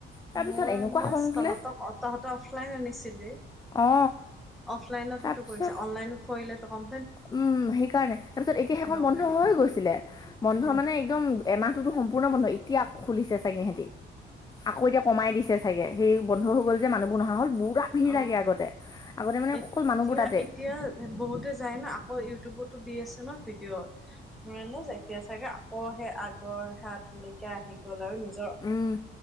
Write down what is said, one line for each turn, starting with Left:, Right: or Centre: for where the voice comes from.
Left: তাৰ পিছত
Centre: মোৰ
Left: এনেকুৱা
Centre: আন্দাজ
Left: খং উঠিলে
Centre: তহঁতক তাহঁতে অফলাইন আনিছিলি?
Left: অ
Centre: অফলাইনত
Left: তাৰপিছত
Centre: সেইটো কৰিছে অনলাইনত কৰিলেটো কম।
Left: উম সেইকাৰণে তাৰ পিছত এতিয়া সেইখন
Centre: কৰি
Left: বন্ধ
Centre: দিব
Left: হৈ গৈছিলে, বন্ধ
Centre: উম
Left: মানে একদম এমাহটোতো সম্পূৰ্ণ বন্ধ এতিয়া আকৌ খুলিছে চাগে সেতি আকৌ এতিয়া কমাই দিছে সেইয়ে সেই বন্ধ হৈ গ'ল যে মানুহবোৰ নহা হল পোৰা ভিৰ
Centre: অ'
Left: লাগে আগতে আগতে মানে
Centre: এতিয়া
Left: অকল মানুহবোৰ তাতে।
Centre: এতিয়া বহুতে যায় ন আকৌ ইউটিউবতো দি আছে ন ভিডিঅ'ত। মৰেন যে এতিয়া চাগে আকৌ সেই আগৰ হাতলৈকে আহি গ'ল আৰু নি।
Left: উম